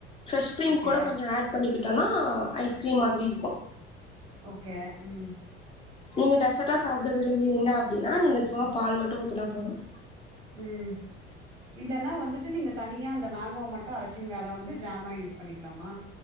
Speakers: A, on the left; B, on the right.
A: ப்ரெஷ்க்கிரிம்
B: ஓகே
A: கூட கொஞ்சோ ஆட் பண்ணிக்கிட் டனா ஐஸ்கிரீம் மாதிரி இருக்கும்
B: ஓகே ம்
A: நீங்க டெசர்டா சாப்ட விரும்புவீங்க அப்டின்னா நீங்க சும்மா பால் மட்டும் ஊத்தனா போதும்
B: ம் இல்லன்னா வந்து ட்டு நீங்க தனியா அந்த மேங்கோவும் மட்டும் அரைச்சிங் நேரா வந்து ஜாமா யூஸ் பண்ணிக்கலாமா